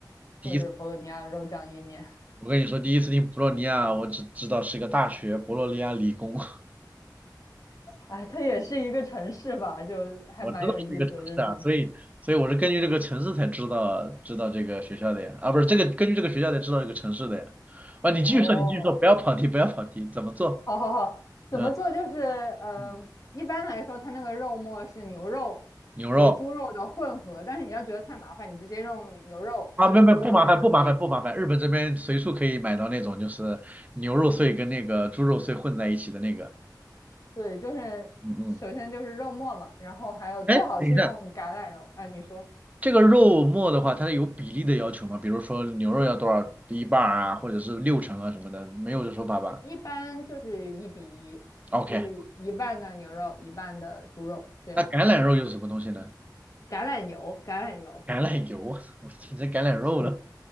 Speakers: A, on the right; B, on the left.
A: 第。
B: 就是博洛尼亚肉酱意面。
A: 一。我跟你说，第一次听博洛尼亚，我只知道是一个大学，博洛尼亚理工，<laughs>
B: 哎，它也是一个城市吧，就还蛮有意思的这城市。
A: 我知道是一个城市啊，所以所以我是根据这个城市才知道知道这个学校的呀，啊，不是这个根据这个学校才知道这个城市的呀。啊，你继续说，
B: 哦，
A: 你继续说，不要跑题，不要跑题，怎么做？
B: 好好好，怎么做？
A: 嗯，
B: 就是嗯、
A: 嗯
B: 呃一般来说，它那个肉末是牛肉和猪肉的混合，
A: 牛肉
B: 但是你要觉得太麻烦，你直接用牛肉或者猪肉也可以。
A: 啊，没没不麻烦，不麻烦，不麻烦，日本这边随处可以买到那种就是牛肉碎跟那个猪肉碎混在一起的那个，
B: 对，就是首先就是肉末嘛，
A: 嗯嗯，
B: 然后还有最好是用橄榄油。
A: 哎，等一下。
B: 哎、你说。
A: 这个肉末的话，它有比例的要求吗？比如说牛肉要多少一半儿啊，或者是六成啊什么的，没有这说法吧
B: 一般就是一比一，
A: ？OK，
B: 就是一半的牛肉，一半的猪肉，这样。
A: 那橄榄肉又是什么东西呢？
B: 橄榄油，橄榄油，
A: 橄榄油，我操，<laughs> 我听成橄榄肉了。
B: 是的，